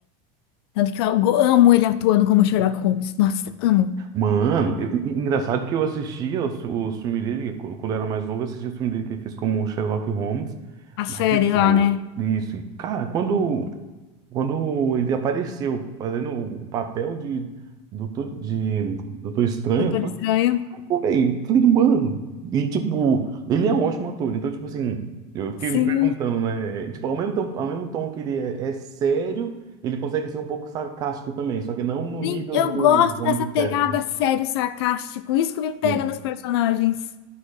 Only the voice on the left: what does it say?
tanto que eu go- amo ele atuando como Sherlock Holmes. Nossa, amo.
A série
lá, né?
Doutor
Estranho.
Sim.
Sim,
eu
gosto
dessa
pegada
sério, sarcástico. Isso que me pega
nos personagens.